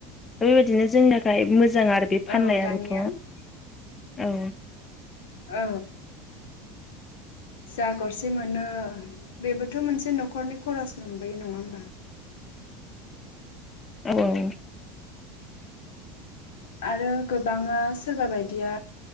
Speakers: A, on the left; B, on the left.
A: बेबायदिनो जोंनि थाखाय मोजां आरो बे
B: औ
A: फाननायाबोथ'।
B: दानिया
A: औ
B: औ जा गरसे मोनो बेबोथ' मोनसे नखरनि खरस मोनबोयो नङा होमबा?
A: औ
B: आरो गोबाङा सोरबा बायदिया